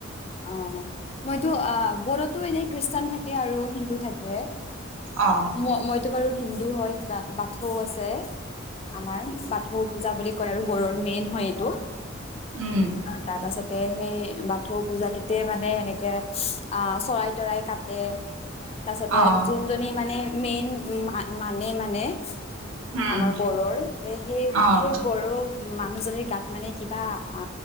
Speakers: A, on the left; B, on the right.
A: অ', মইতো অ', বড়োত এনেই খ্ৰীষ্টান থাকে আৰু হিন্দু থাকে।
B: অ',
A: ম মইতো বাৰু হিন হয়, কিবা বাথৌ আছে। আমাৰ বাথৌ পূজা বুলি কয়। আৰু বড়োৰ মেইন হয় এইটো।
B: উম,
A: তাৰ পাছত সেই বাথৌ পূজাটোতে মানে এনেকে আহ, চৰাই-তৰাই কাটে। তাছতে
B: অ',
A: যোনজনী মানে মেইন মানে মানে
B: উম,
A: আমাৰ বড়োৰ তে সেই
B: অ',
A: সেই বড়ো মানুহজনীৰ গাত মানে কিবা আ,